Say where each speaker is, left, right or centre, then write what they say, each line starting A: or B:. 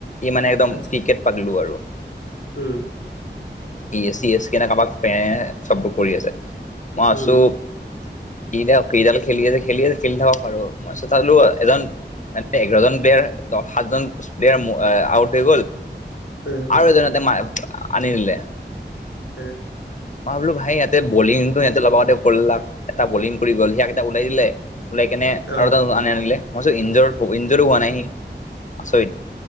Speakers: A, on the left; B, on the left.
A: ই মানে একদম
B: আচ্ছা
A: ক্ৰিকেট পাতলো আৰু
B: উম,
A: ই এ চি এছ কেনে কাৰোবাক ফে চববোৰ কৰি আছে মই আছো।
B: উম
A: কি দক কিডাল খেলি আছে খেলি আছে খেলি থাকক আৰু মইলো এজন। মানে এঘাৰজন প্লেয়াৰ সাতজন প্লেয়াৰ আউট হৈ গল,
B: উম,
A: আৰু এজন তাতে মা আনি দিলে।
B: উ,
A: মই বোলো ভাই ইয়াতে বলিংটো ইতে লগতে কৰিলাক এটা বলিং কৰি গ'ল সিয়াক এটা ওলাই দিলে। ওলাই কেনে
B: অ
A: আৰু এ আনে আনিলে মই ইঞ্জ ইঞ্জৰো হোৱা নাইহি আচৰিত।